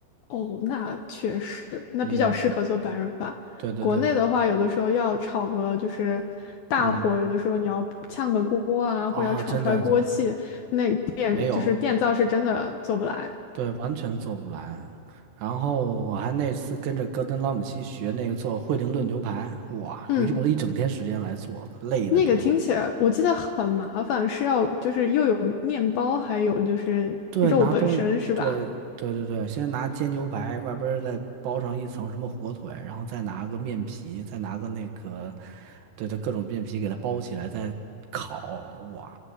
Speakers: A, on the left (about 70°); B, on the right (about 70°).
A: 哦，那确实，那比较适合做白人饭。
B: 嗯，对对对，
A: 国内的话，有的时候要炒个就是大火，
B: 嗯，
A: 有的时候你要炝个锅啊，
B: 啊、
A: 或者要炒出来锅气，
B: 真的就
A: 那电就是电灶是真的做不来。
B: 没有，对，完全做不来。然后我还那次跟着戈登拉姆西学那个做惠灵顿牛排，哇，
A: 嗯，
B: 我用了一整天时间来做，累的给我。
A: 那个听起来我记得很麻烦，是要就是又有面包，还有就是肉本身是吧？
B: 对，拿东西，对对对对，先拿煎牛排，外边儿再包上一层什么火腿，然后再拿个面皮，再拿个那个，对对，各种面皮给它包起来，再烤。哇，